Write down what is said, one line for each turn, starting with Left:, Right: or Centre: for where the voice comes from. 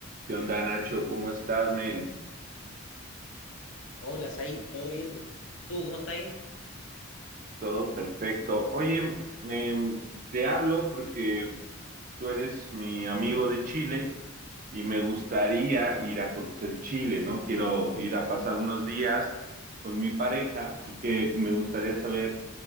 Right: ¿Qué onda, Nacho? ¿Cómo estás, men?
Left: Hola, Said, ¿todo bien? ¿Tú cómo estás ahí?
Right: Todo perfecto. Oye, em, te hablo porque tú eres mi amigo de Chile y me gustaría ir a conocer Chile, ¿no? Quiero ir a pasar unos días con mi pareja y que me gustaría saber